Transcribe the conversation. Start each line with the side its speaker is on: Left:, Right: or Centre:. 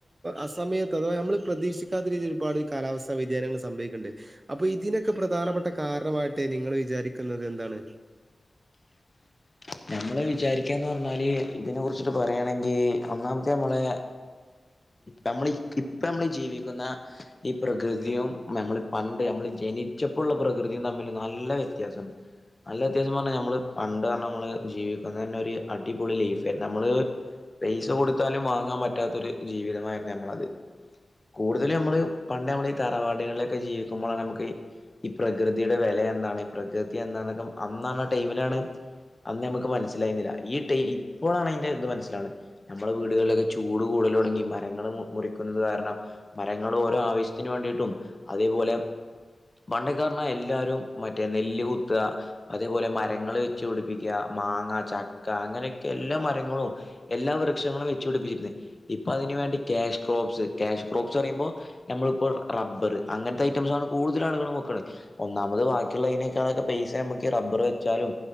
Right: അസമയത്ത് അഥവാ നമ്മള് പ്രതീക്ഷിക്കാത്ത രീതിയി ഒരുപാട് കാലാവസ്ഥാ വ്യതിയാനങ്ങൾ സംഭവിക്കുന്നുണ്ട് അപ്പൊ ഇതിനൊക്കെ പ്രധാനപ്പെട്ട ക കാരണമായിട്ട് നിങ്ങൾ വിചാരിക്കുന്നത് എന്താണ്
Left: <inaudible> നമ്മള് വിചാരിക്കാന്ന് പറഞ്ഞാല് ഇതിനെ കുറിച്ചിട്ട് പറയയാണെങ്കിൽ ഒന്നാമത്തെ നമ്മളെ നമ്മൾ ഇപ്പ നമ്മൾ ജീവിക്കുന്ന ഈ പ്രകൃതിയും നമ്മൾ പണ്ട് നമ്മ ജനിച്ചപ്പോുള്ള പ്രകൃതി തമ്മിൽ നല്ല വ്യത്യാസുണ്ട് നല്ലത് പണ്ട് നമ്മള് പണ്ട് നമ്മള് ജീവിക്കുന്ന തന്നെ ഒരു അടിപൊളി ലൈഫായി നമ്മള് പൈസ കൊടുത്താലും വാങ്ങാൻ പറ്റാത്തൊരു ജീവിതമായിരുന്നു ഞമ്മളത് കൂടുതല് നമ്മള് പണ്ട് നമ്മള് ഈ തറവാടുകളിലൊക്കെ ജീവിക്കുമ്പോൾ നമുക്ക് ഈ പ്രകൃതിയുടെ വില എന്താണ് പ്രകൃതി എന്താന്നക്കെ അന്നാണാ ടൈമിലാണ് അന്ന് നമുക്ക് മനസ്സിലായിുന്നില്ല ഈ ടൈ ഇപ്പോഴാണ് അതിന്റെ ന്ത് മനസ്സിലാവണത് നമ്മുടെ വീടുകളിലൊക്കെ ചൂട് കൂട കൂടലോടങ്ങി മരങ്ങൾ മുറിക്കുന്നത് കാരണം മരങ്ങൾ ഓരോ ആവശ്യത്തിന് വേണ്ടിട്ടും അതേപോലെ പണ്ടക്കോറഞ്ഞാ എല്ലാരും മറ്റേ നെല്ല് കുത്താ അതേപോലെ മര മരങ്ങ വെച്ച് പിടിപ്പിക്കുക മാങ്ങ ചക്ക അങ്ങനെയക്കെ എല്ലാ മരങ്ങളും എല്ലാ വൃക്ഷങ്ങളും വെച്ച് പിടിപ്പിക്കാ ഇപ്പ അതിനന് വേണ്ടി ക്യാഷ് ക്രോപ്സ് ക്യാഷ് ക്രോപ്സ് പറയുമ്പോൾ നമ്മളിപ്പോൾ റബ്ബർ അങ്ങനത്തെ ഐറ്റംസ ആണ് കൂടുതലാ ളുകൾ വെക്ക്ണ ഒന്നാമത് വാക്കിയുള്ളതിനെക്കാളൊക്കെ പൈസ നമുക്ക് ഈ റബ്ബർ ത് വെച്ചാലും